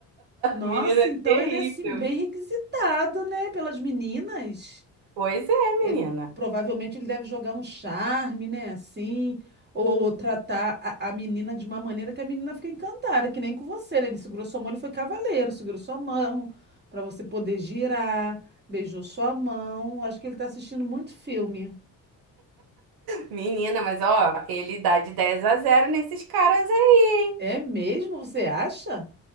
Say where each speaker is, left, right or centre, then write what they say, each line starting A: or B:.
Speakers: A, on the right; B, on the right.
A: Nossa,
B: Menina, é
A: então
B: terrível.
A: ele é assim bem requisitado, né, pelas meninas.
B: Pois é,
A: eh,
B: menina.
A: provavelmente ele deve jogar um charme, né? Assim, ou, ou tratar a, a menina de uma maneira que a menina fica encantada, que nem com você, né? Ele segurou sua mão, ele foi cavaleiro, segurou sua mão para você poder girar, beijou sua mão. Acho que ele tá assistindo muito filme.
B: Menina, mas ó, ele dá de 10 a zero nesses caras aí.
A: É mesmo? Você acha?